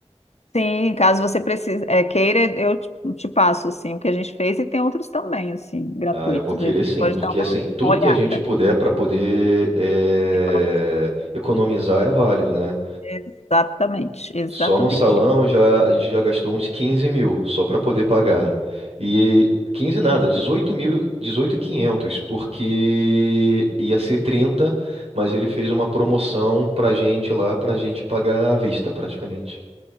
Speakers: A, on the left; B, on the right.
A: Sim, caso você precise, é, queira, eu te te passo assim, o que a gente fez e tem outros também, assim, gratuitos.
B: Ah, eu vou querer
A: Aí
B: sim,
A: pode
B: porque
A: dar uma
B: assim, tudo
A: uma olhada.
B: que a gente puder para poder eh,
A: Economia.
B: economizar é válido, né?
A: Exatamente, exatamente.
B: Só no salão já a gente já gastou uns 15 mil só para poder pagar. E 15 nada, 18 mil, 18.500, porque ia ser 30, mas ele fez uma promoção pra gente lá, pra gente pagar à vista praticamente.